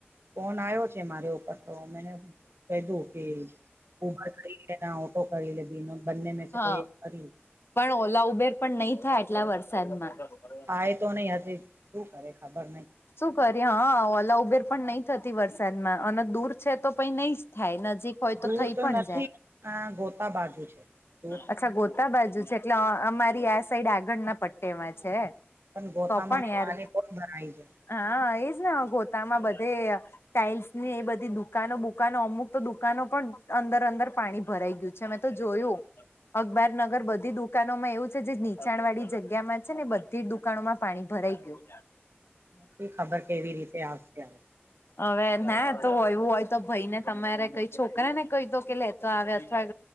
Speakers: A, on the right; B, on the left.
A: ફોન આવ્યો છે મારે ઉપર તો મેને કધું કે ઉબર કરી લેને ઓટો કરી લે બી ન બનને મે સે
B: હા
A: કોઈ એક કરી લે.
B: પણ ઓલા ઉબેર પણ નહી થાય આટલા વરસાદમાં શું
A: થાય તો નહી હજ શું કરે ખબર નહી.?
B: શું કરી હા ઓલા ઉબેર પણ નહી થતી વરસાદમાં અને દૂર છે તો પ નહી જ થાય નજીક હોય
A: દૂર
B: થઈ
A: તો
B: પણ
A: નથી
B: જાય
A: આ ગોતા બાજુ છે. દૂર તો
B: અચ્છા ગોતા બાજુ છે એટલે અમારી આ સાઈડ આગળ ના પટ તેમાં છે
A: પણ ગોતામાં
B: તો પણ યાર,
A: પાણી બહુ ભરાય છે
B: હા એજ ને ગોતામાં બધા એ ટાાઈલ્સ ની એ બધી દુકાનો બુકાનો અમુક તો દુકાનો પણ અંદર અંદર પાણી ભરાઈ ગયું છે મે તો જોયું અખબાર નગર બધી દુકા દુકાનોમાં એવું છે જે નીચાણ વાળી જગ્યામાં છે ને બધી જ દુકાનોમાં પાણી ભરાઈ ગયું.
A: શું ખબર કેવી રીતે આવશે હ
B: હવે ના તો હોયવું હોય તો ભાઈ ને તમારે કઈ છોકરા ને કહી દો કે લેતો આવે અથવા